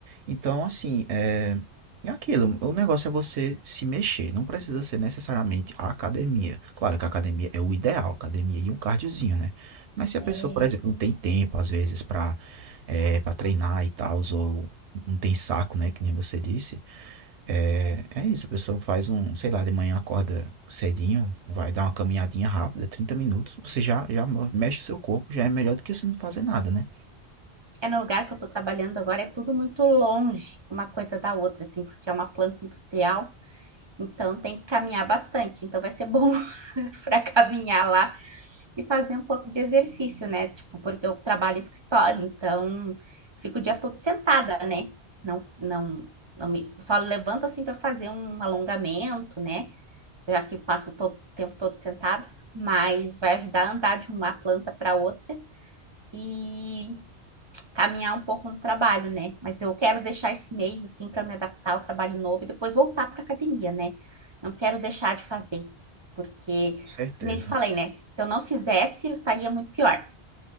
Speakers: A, on the right; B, on the right.
A: Então, assim, é. É aquilo, o negócio é você se mexer, não precisa ser necessariamente a academia. Claro que a academia é o ideal, academia e um cardiozinho, né? Mas se a pessoa,
B: É,
A: por exemplo, não tem tempo, às vezes, pra, eh, pra treinar e tal, ou não tem saco, né, que nem você disse, é, é isso, a pessoa faz um, sei lá, de manhã acorda cedinho, vai dar uma caminhadinha rápida, 30 minutos, você já, já mexe o seu corpo, já é melhor do que você não fazer nada, né?
B: é no lugar que eu estou trabalhando agora, é tudo muito longe uma coisa da outra, assim, porque é uma planta industrial, então tem que caminhar bastante. Então vai ser bom <laughs> para caminhar lá e fazer um pouco de exercício, né? Tipo, porque eu trabalho em escritório, então fico o dia todo sentada, né? Não, não, não me, só levanto assim para fazer um alongamento, né? Já que passo o to- tempo todo sentada, mas vai ajudar a andar de uma planta para outra. E caminhar um pouco no trabalho, né? Mas eu quero deixar esse mês assim para me adaptar ao trabalho novo e depois voltar para academia, né? Não quero deixar de fazer, porque,
A: Certeza.
B: como eu te falei, né? Se eu não fizesse, eu estaria muito pior.